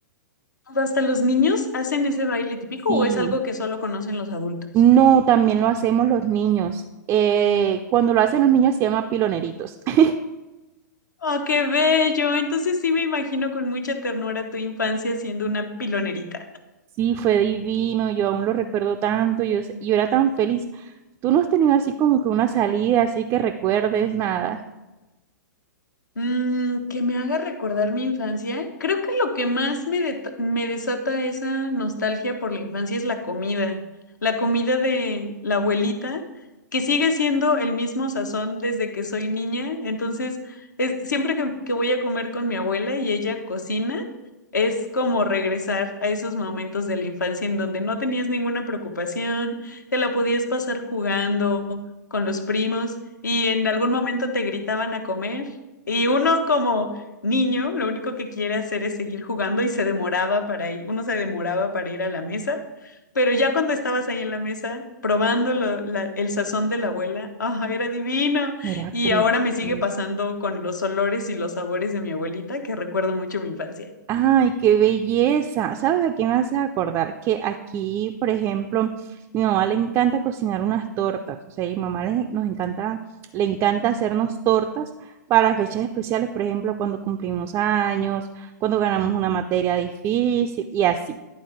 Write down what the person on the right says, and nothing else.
Sí,
No, también lo hacemos los niños. Eh, cuando lo hacen los niños se llama piloneritos. <laughs>
Sí, fue divino, yo aún lo recuerdo tanto, yo, se- yo era tan feliz. ¿Tú no has tenido así como que una salida, así que recuerdes nada?
Era
precioso.
Ay, qué belleza. ¿Sabes a qué me hace acordar? Que aquí, por ejemplo, mi mamá le encanta cocinar unas tortas. O sea, mi mamá le, nos encanta, le encanta hacernos tortas para fechas especiales, por ejemplo, cuando cumplimos años, cuando ganamos una materia difícil y así.